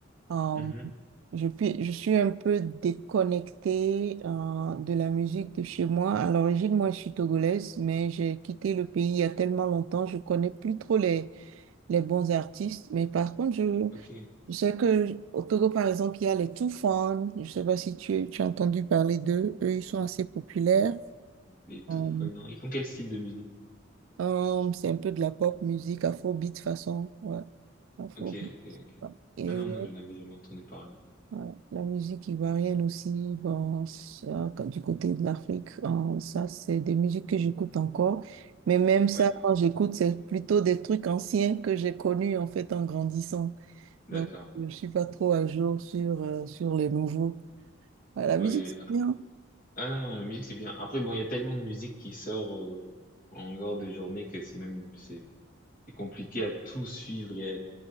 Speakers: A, on the right; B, on the left.
A: Euh,
B: Mhm.
A: je, puis- je suis un peu déconnectée euh, de la musique de chez moi. À l'origine, moi, je suis togolaise, mais j'ai quitté le pays il y a tellement longtemps, je connais plus trop les, les bons artistes. Mais par contre, je,
B: Ok.
A: je sais que au Togo, par exemple, il y a les Toufan. Je sais pas si tu, tu as entendu parler d'eux. Eux, ils sont assez populaires.
B: Les tout
A: Euh,
B: non Ils font quel style de musique?
A: hum, c'est un peu de la pop musique, afrobeat façon. Ouais, afro.
B: Ok, ok, ok.
A: Et
B: Ah non, non, j'en avais jamais entendu parler.
A: ouais, la musique ivoirienne aussi, bon, ça, quand- du côté de l'Afrique, hein, ça, c'est des musiques que j'écoute encore. Mais même ça,
B: Oui,
A: quand j'écoute, c'est plutôt des trucs anciens que j'ai connus en fait en grandissant.
B: d'accord.
A: Donc, je ne suis pas trop à jour sur, euh, sur les nouveaux. Ouais, la musique,
B: Oui.
A: c'est bien.
B: Ah non, non, la musique c'est bien. Après, bon, il y a tellement de musique qui sort euh, en dehors de journée que c'est même c'est c'est compliqué à tout suivre et à être,